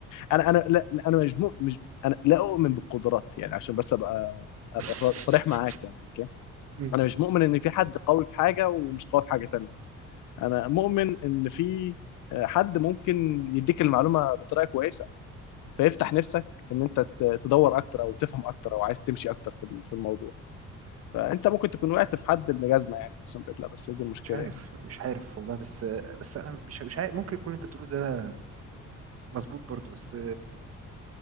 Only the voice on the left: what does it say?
أنا أنا لا لا، أنا مجموع مش أنا لا أؤمن بالقدرات يعني عشان بس أبقى أبقى
صريح معاك يعني أوكي
أنا مش مؤمن إن في حد قوي في حاجة ومش قوي في حاجة تانية أنا مؤمن إن في آه، حد ممكن يديك المعلومة بطريقة كويسة فيفتح نفسك ان انت ت- تدور اكتر او تفهم اكتر او عايز تمشي اكتر في في الموضوع فانت ممكن تكون وقعت في حد ابن جزمه يعني اقسم بالله بس دي المشكله
يعني